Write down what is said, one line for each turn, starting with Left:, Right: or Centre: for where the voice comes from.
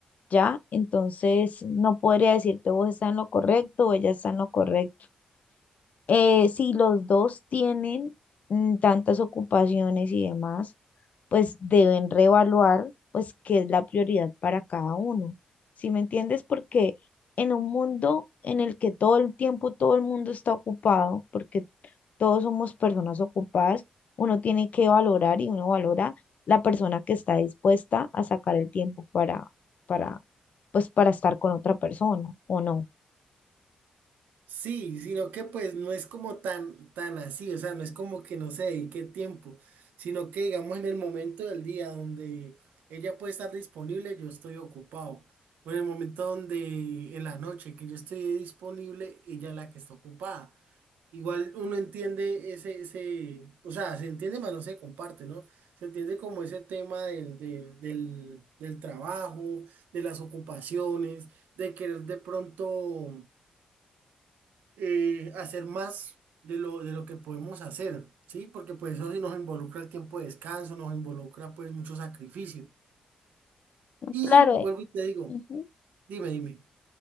Left: ¿ya? Entonces no podría decirte vos estás en lo correcto o ella está en lo correcto. eh, si los dos tienen mm, tantas ocupaciones y demás, pues deben reevaluar pues qué es la prioridad para cada uno. ¿Sí me entiendes? Porque en un mundo en el que todo el tiempo todo el mundo está ocupado, porque todos somos personas ocupadas, uno tiene que valorar y uno valora la persona que está dispuesta a sacar el tiempo para, para, pues para estar con otra persona o no.
Right: Sí, sino que pues no es como tan, tan así, o sea, no es como que no se dedique tiempo, sino que digamos en el momento del día donde ella puede estar disponible, yo estoy ocupado. O en el momento donde en la noche que yo estoy disponible, ella es la que está ocupada. Igual uno entiende ese, ese, o sea, se entiende, pero no se comparte, ¿no? Se entiende como ese tema del, del, del del trabajo, de las ocupaciones, de querer de pronto eh, hacer más de lo, de lo que podemos hacer, ¿sí? Porque pues eso sí nos involucra el tiempo de descanso, nos involucra pues mucho sacrificio. Y
Left: Claro,
Right: vuelvo
Left: eh,
Right: y te digo,
Left: ujú.
Right: dime, dime,